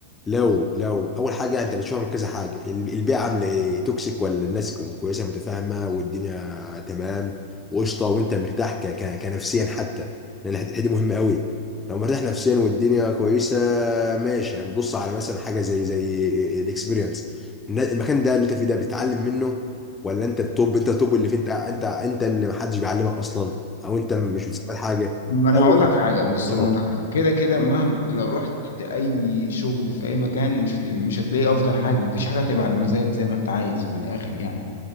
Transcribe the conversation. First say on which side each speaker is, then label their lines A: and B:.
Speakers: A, on the left; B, on the left.
A: لو لو اول حاجه انت بتشوف من كذا حاجه ال- البيئه عامله ايه توكسيك ولا الناس كويسه متفاهمه والدنيا تمام وقشطه وانت مرتاح ك ك كنفسيا حتى لان الحته الحتة دي مهمه قوي لو مرتاح نفسيا والدنيا كويسه ماشي يعني بص على مثلا حاجه زي زي الاكسبيرينس المكان ده اللي انت فيه ده بتتعلم منه ولا انت التوب انت التوب اللي فيه انت انت انت اللي محدش بيعلمك اصلا او انت مش بتستفاد حاجه
B: ما انا
A: لو-
B: هقول لك حاجه بص
A: اه
B: انا هقول لك حاجه كده كده مهما لو رحت اي شغل في اي مكان مش هت... مش هتلاقي افضل حاجه مفيش حاجه هتبقى على مزاجك زي ما انت عايز من الاخر يعني